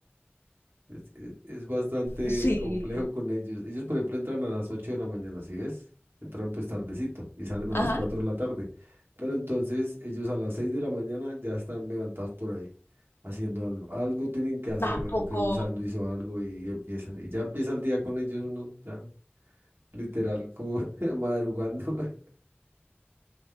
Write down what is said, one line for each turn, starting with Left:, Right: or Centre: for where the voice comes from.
Right: Es, es- es bastante
Left: Sí.
Right: complejo con ellos. Ellos, por ejemplo, entran a las 8 de la mañana, ¿sí ves? Entran pues tardecito y salen a
Left: Ajá.
Right: las 4 de la tarde. Pero entonces ellos a las 6 de la mañana ya están levantados por ahí, haciendo algo. Algo tienen que hacer,
Left: ¿A
Right: bueno,
Left: poco?
Right: que un sándwich o algo y empieza. Y ya empieza el día con ellos uno, ya literal como <laughs> madrugando. <laughs>